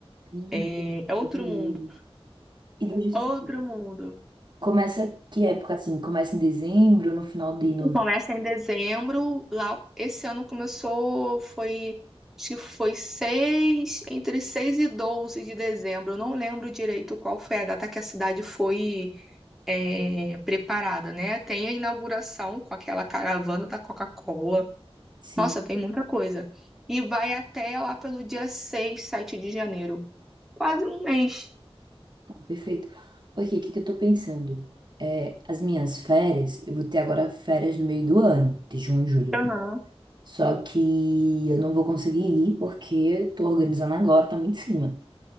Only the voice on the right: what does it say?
hum,
tá bonito.
E deixa eu
te falar.
Começa que época assim? Começa em dezembro, no final de novembro.
Sim,
perfeito. Ok, o que que eu tô pensando? É, as minhas férias, eu vou ter agora férias no meio do ano, de junho e julho.
Só que eu não vou conseguir ir porque eu tô organizando agora, tá muito em cima.